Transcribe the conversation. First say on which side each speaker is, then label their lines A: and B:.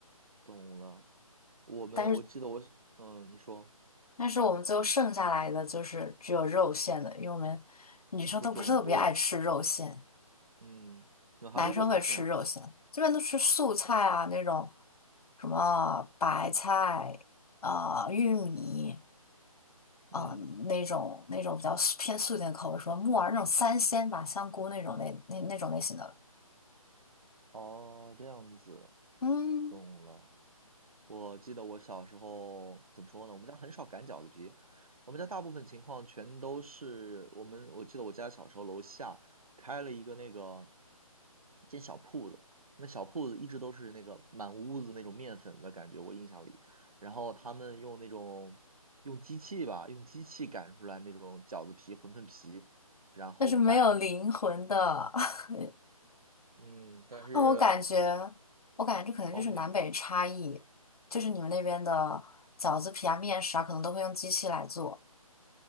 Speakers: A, on the right (about 75°); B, on the left (about 80°).
A: 懂了。我们我记得我是嗯，
B: 但是。
A: 你说
B: 但是我们最后剩下来的就是只有肉馅的，因为我们女生都不是特别爱吃肉馅，
A: 会做很多，嗯，你还会做什么馅啊？
B: 男生会吃肉馅，基本都吃素菜啊那种，什么白菜、啊、玉米，啊那种那种比较素偏素一点的口味，
A: 嗯，
B: 什么木耳那种三鲜吧，香菇那种类那那种类型的，
A: 哦，这样子，
B: 嗯，
A: 懂了。我记得我小时候怎么说呢？我们家很少擀饺子皮，我们家大部分情况全都是我们。我记得我家小时候楼下开了一个那个一间小铺子，那小铺子一直都是那个满屋子那种面粉的感觉，我印象里。然后他们用那种用机器吧，用机器擀出来那种饺子皮、馄饨皮，然后卖。
B: 但是没有灵魂的。<laughs>
A: 嗯，但是。
B: 那我感觉，我感觉这可能就是南北差异，
A: 方便。
B: 就是你们那边的饺子皮啊、面食啊，可能都会用机器来做，